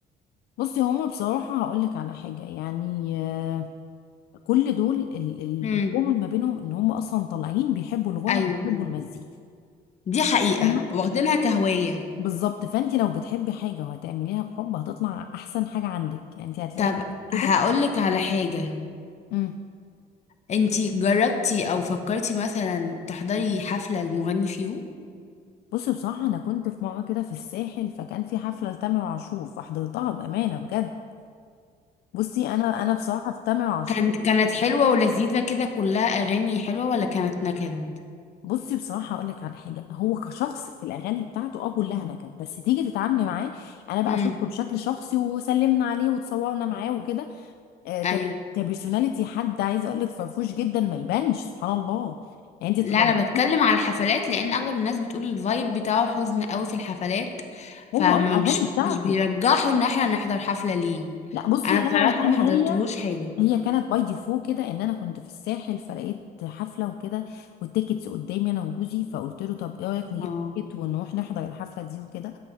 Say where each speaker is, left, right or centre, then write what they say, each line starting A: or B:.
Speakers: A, on the left (about 70°); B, on the left (about 40°).
A: بصي هما بصراحة هقولك على حاجة يعني آه، كل دول ال- ال-
B: امم
A: الكومن ما بينهم ان هما اصلا طالعين بيحبوا الغنى
B: ايوه
A: وبيحبوا
B: ايوه
A: المزيكا
B: دي حقيقة
A: فاهمة
B: واخدينها كهواية
A: بالظبط فانت لو بتحبي حاجة وهتعمليها بحب هتطلع احسن حاجة عندك يعني انت هتلاقي
B: طب
A: نفسك كده
B: هقولك على حاجة
A: امم
B: انتي جربتي او فكرتي مثلا تحضري حفلة المغني فيهم
A: بصي بصراحة انا كنت في مرة كده في الساحل فكان في حفلة لتامر عاشور فحضرتها بأمانة بجد بصي انا انا بصراحة في تامر عاشور
B: كانت كانت حلوة ولذيذة كده كلها أغاني حلوة ولا كانت نكد؟
A: بصي بصراحة أقول لك على حاجة هو كشخص في الأغاني بتاعته أه كلها نكد بس تيجي تتعاملي معاه أنا بقى
B: امم
A: شفته بشكل شخصي وسلمنا عليه وتصورنا معاه وكده آه، كب-
B: أيوه
A: كبرسوناليتي حد عايزة أقول لك فرفوش جدا ما يبانش سبحان الله يعني أنت
B: لا
A: تدوري
B: أنا بتكلم على الحفلات لأن أغلب الناس بتقول الفايب بتاعه حزن قوي في الحفلات فما
A: هو أه الأغاني
B: بيش
A: بتاعته
B: مش بيرجحوا إن احنا نحضر حفلة ليه
A: لا بصي
B: أنا
A: أنا
B: بصراحة ما
A: أنا
B: حضرتلهوش
A: هي
B: حاجة
A: هي كانت باي ديفو كده ان انا كنت في الساحل فلقيت حفله وكده والتيكتس قدامي انا وجوزي فقلت له طب ايه رايك نجيب
B: اه
A: تيكت ونروح نحضر الحفله دي وكده